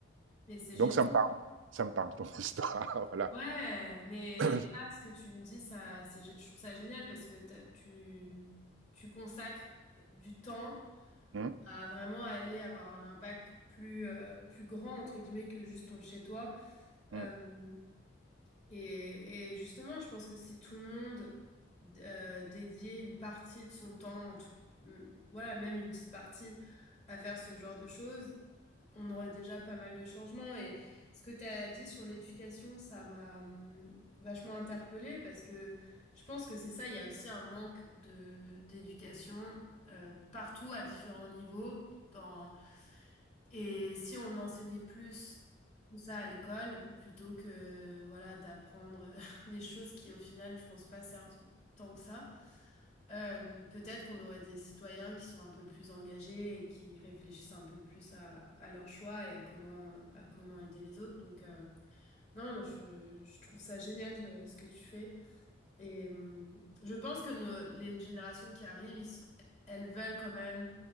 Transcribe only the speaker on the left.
Mais c'est
génial.
Ouais, mais
là, ce que tu me dis, ça, c'est, gé- je trouve ça génial parce que t'as- tu, tu consacres du temps
à vraiment aller avoir un impact plus, euh, plus grand, entre guillemets, que juste ton chez-toi.
Euh, et, et justement, je pense que si tout le monde euh, dédiait une partie de son temps, en tout- hum, voilà, même une petite partie à faire ce genre de choses, on aurait déjà pas mal de changements. Et ce que tu as dit sur l'éducation, ça m'a hum, vachement interpellée parce que je pense que c'est ça, il y a aussi un manque de d'éducation euh, partout à différents niveaux. Dans... Et si on enseignait plus tout ça à l'école, plutôt que voilà, d'apprendre <laughs> des choses qui au final, je pense pas servent tant que ça. Euh, peut-être qu'on aurait des citoyens qui sont un peu plus engagés et qui réfléchissent un peu plus à, à leurs choix et à comment, à comment aider les autres. Donc, euh, non, je, je trouve ça génial euh, ce que tu fais. Et euh, je pense que nos- les générations qui arrivent, ils s- elles veulent quand même